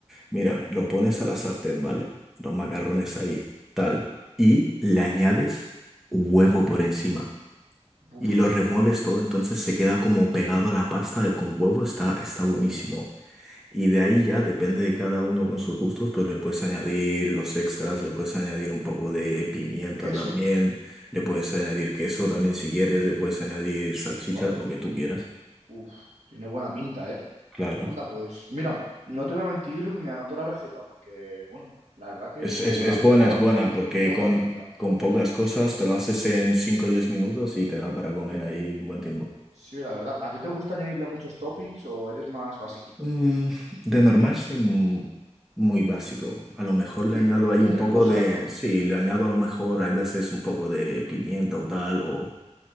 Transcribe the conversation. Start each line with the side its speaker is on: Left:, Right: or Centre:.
Centre: Mira, lo pones a la sartén, ¿vale? Los macarrones ahí, tal. Y le añades huevo
Right: Ajá.
Centre: por encima.
Right: Uf,
Centre: Y lo remueves todo, entonces se queda como pegado a la pasta de- con huevo, está, está buenísimo.
Right: uh,
Centre: Y de ahí ya, depende de cada uno con sus gustos, pues le puedes añadir los extras, le puedes añadir un poco de pimienta
Right: queso.
Centre: también, le puedes añadir queso también si quieres, le puedes añadir salchicha,
Right: Vale,
Centre: lo que tú quieras.
Right: Uf, tiene buena pinta, ¿eh?
Centre: Claro.
Right: Anda, pues mira, no te voy a mentir, me anoto la receta porque, bueno, la verdad que
Centre: Es,
Right: según
Centre: es,
Right: me
Centre: es
Right: lo has contado,
Centre: buena, es buena, porque
Right: tiene buena
Centre: con,
Right: pinta.
Centre: con pocas cosas te lo haces en 5 o 10 minutos y te da para comer
Right: Sí.
Centre: ahí un buen tiempo.
Right: Sí, la verdad. ¿A ti te gusta añadirle muchos toppings o eres más basiquito?
Centre: Mm, de normal soy mu- muy básico. A lo mejor
Right: Sí,
Centre: le añado
Right: de
Centre: ahí
Right: dos,
Centre: un
Right: tres
Centre: poco
Right: cosas,
Centre: de...
Right: ¿no?
Centre: Sí, le añado a lo mejor hay veces un poco de pimienta o tal o,